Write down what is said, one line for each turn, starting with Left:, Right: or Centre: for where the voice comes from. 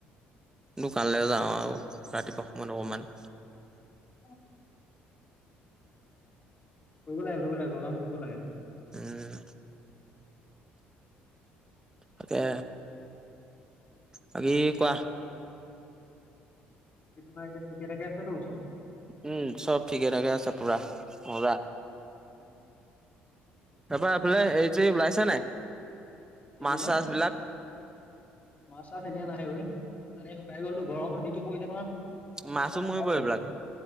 Right: দোকানলৈ যাওঁ আৰু ৰাতিপুৱা সময় অকমান।
Left: অ'। কৰিব লাগে, কৰিব লাগে, ঘৰৰ কাম কৰিব লাগে।
Right: উম। তাকে, বাকী কোৱা?
Left: এতিয়া তোমাৰ, ঠিকে থাকে আছে টো চব?
Right: উম, চব ঠিকে থাকে আছে পুৰা মজা।
Left: উম।
Right: বেপাৰ এইফালে হেৰি চেৰী ওলাইছে নাই?
Left: কি
Right: মাছ
Left: কথা?
Right: চাছ বিলাক
Left: মাছ-চাছ এতিয়া নাই ঐ, পানী শুকাই গ'লটো, গৰম যিটো পৰিছে নহয়। পানী
Right: মাছো
Left: চব সুকাই
Right: মৰিব
Left: গ'ল,
Right: এইবিলাক